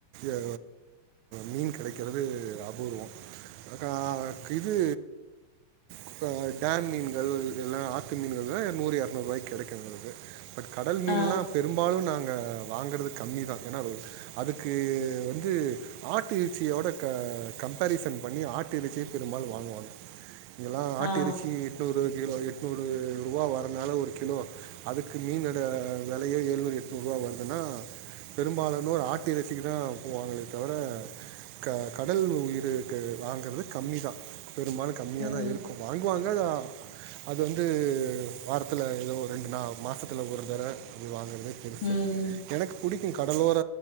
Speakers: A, on the right; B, on the left.
A: அ இங்க மீன் கெடைக்கிறது அபூர்வோ ஆ கிது இப்ப டேம் மீன்கள் எல்லா ஆத்து மீன்கள்லா நூறு எர்நூற்வாய்க்கு கெடைக்கு எங்களுக்கு பட் கடல் மீன்ல்லா
B: ஆ
A: பெரும்பாலு நாங்க வாங்கறது கம்மிதா ஏனா ரொ அதுக்கு வந்து ஆட்டு இறச்சியோட க கம்பேரிசன் பண்ணி ஆட்டு இறச்சியே பெரும்பாலு வாங்குவாங்க இங்கெல்லா ஆட்டு
B: ஆ
A: இறச்சி எட்நூறு கிலோ எட்நூறு ரூவா வரனால ஒரு கிலோ அதுக்கு மீனட வெலையே ஏழ்நூறு எட்நூற்ருவா வருதுனா பெரும்பாலனோர் ஒரு ஆட்டு இறசிக்குதா போவாங்களே தவர க கடல் உயிருக்கு வாங்கறது கம்மிதா பெரும்பாலு கம்மியாதா
B: ம்
A: இருக்கு வாங் ங்குவாங்கதா அது வந்து வாரத்துல எதோ ஒரு ரெண்டு நா மாசத்துல ஒரு தர அப்டி வாங்க றதே பெருசு
B: ம்
A: எனக்கு புடிக் க்கு கடலோர